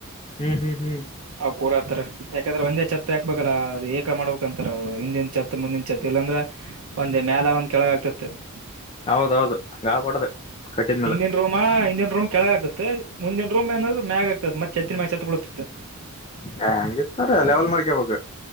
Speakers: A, on the left; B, on the right.
A: ಹ್ಮ್ ಹ್ಮ್ ಹ್ಮ್.
B: ಅವ್ ಕೂಡತಾರೆ ಯಾಕಂದ್ರೆ ಒಂದೇ ತ್ತು ಹಾಕ್ಬೇಕಲ್ಲ ಅದುಏಕ ಮಾಡಬೇಕ. ಹಂತಾರೆ ಅವರು ಹಿಂದಿನ ಚತ್ ಮುಂದಿನ ಚತ್ ಇಲ್ಲಾಂದ್ರೆ ಒಂದ್ ಮ್ಯಾಲ ಒಂದ ಕೆಳಗ ಆಗ್ತತದ. ತ್ತ <inaudible>
A: ಹೌದೌದು ಹಂಗ ಆಬಾಡ್ದು ಕಟ್ಟಿದ ಮ್ಯಾಲ.
B: ಹಿಂದಿನ ರೂಮ ಹಿಂದಿನ ರೂಮ್ ಕೆಳಗ ಆಗ್ತತ್ ಮುಂದಿನ ರೂಮ್ ಏನ ಮ್ಯಾಗ ಆಗತ್ತಿತ ಮತ್ತ ತೂತಿನ ಮ್ಯಾಗ ಚತ ಬೊಳುತ್ತಿತ್ತು.
A: ಹೆ ಹಂಗಿತ್ತಾರ ಲೆವೆಲ್ ಮಾಡ್ಕಬೆಕ.